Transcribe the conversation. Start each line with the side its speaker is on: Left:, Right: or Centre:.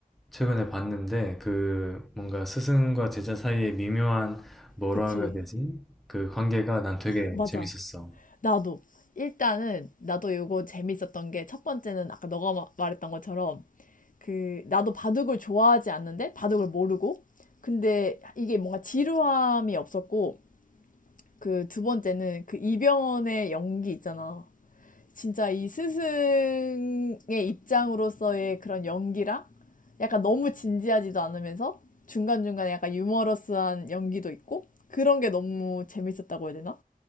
Centre: 최근에 봤는데 그 뭔가 스승과 제자 사이의 미묘한 뭐라
Left: 그치.
Centre: 해야 되지? 그 관계가 난 되게
Left: 맞아.
Centre: 재밌었어.
Left: 나도 일단은 나도 이거 재밌었던 게 첫 번째는 아까 너가 마- 말했던 것처럼 그 나도 바둑을 좋아하지 않는데 바둑을 모르고 근데 이게 뭔가 지루함이 없었고 그 두 번째는 그 이병헌의 연기 있잖아. 진짜 이 스승의 입장으로서의 그런 연기랑 약간 너무 진지하지도 않으면서 중간중간에 약간 유머러스한 연기도 있고 그런 게 너무 재밌었다고 해야 되나?